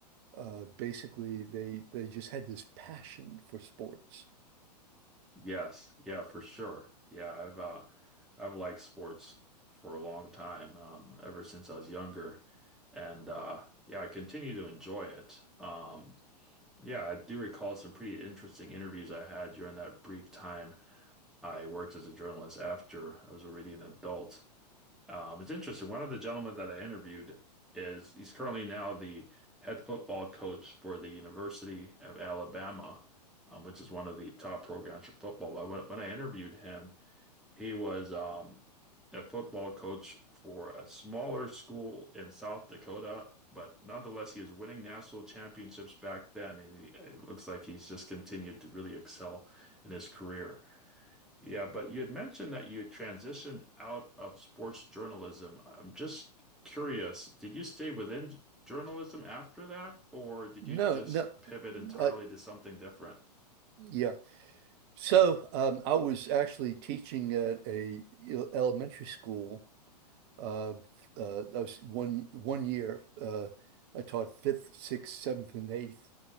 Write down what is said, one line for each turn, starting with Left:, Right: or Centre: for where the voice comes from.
Right: uh, basically they they just had this passion for sports.
Centre: Yes, yeah, for sure. Yeah, I've uh, I've liked sports for a long time, um, ever since I was younger, and uh, yeah, I continue to enjoy it. Um, yeah, I do recall some pretty interesting interviews I had during that brief time I worked as a journalist after I was already an adult. Um, it's interesting. One of the gentlemen that I interviewed is he's currently now the head football coach for the University of Alabama, um, which is one of the top programs for football. But when, when I interviewed him, he was um, a football coach for a smaller school in South Dakota. But nonetheless, he was winning national championships back then, and he, it looks like he's just continued to really excel in his career. Yeah, but you had mentioned that you had transitioned out of sports journalism. I'm just curious, did you stay within j- journalism after that, or did
Right: No,
Centre: you just
Right: no,
Centre: pivot entirely
Right: uh,
Centre: to something different?
Right: yeah. So um, I was actually teaching at a el- elementary school. Uh, uh, I was one one year. Uh, I taught fifth, sixth, seventh, and eighth